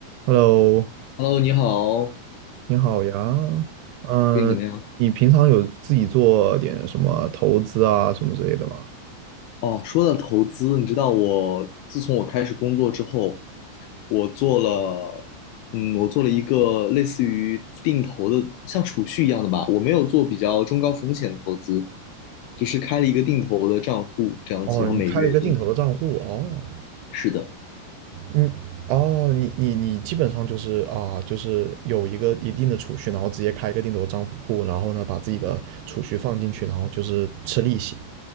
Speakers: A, on the right; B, on the left.
A: Hello，
B: Hello，你好，
A: 你好呀。嗯，
B: 最近怎么样？
A: 你平常有自己做点什么投资啊，什么之类的吗？
B: 哦，说到投资，你知道我自从我开始工作之后，我做了，嗯，我做了一个类似于定投的，像储蓄一样的吧。我没有做比较中高风险的投资，就是开了一个定投的账户这样子，
A: 哦，
B: 然后每月定。
A: 你开了一个定投的账户哦。
B: 是的。
A: 嗯，哦，你你你基本上就是啊，就是有一个一定的储蓄，然后直接开一个定投账户，然后呢，把自己的储蓄放进去，然后就是吃利息。